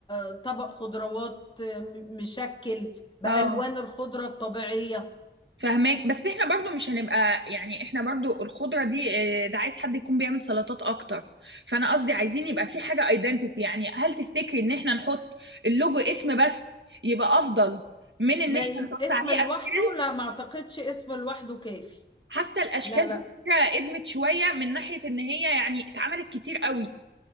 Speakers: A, on the left; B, on the right.
A: آه، طبق خضروات آه، مشكل بألوان
B: اه
A: الخضرة الطبيعية
B: فهماك بس احنا برضو مش هنبقى يعني احنا برضو الخضرة دي آه، ده عايز حد يكون بيعمل سلطات اكتر فانا قصدي عايزين يبقى في حاجة ايدنتيتي يعني هل تفتكري ان احنا نحط اللوجو اسم بس يبقى افضل من ان
A: ما
B: احنا
A: يم...
B: نحط
A: اسم
B: عليه
A: لوحده
B: اشكال
A: لا ما اعتقدش اسم لوحده كافي
B: حاسة الاشكال
A: لا لا
B: دي فكرة قدمت شوية من ناحية ان هي يعني اتعملت كتير قوي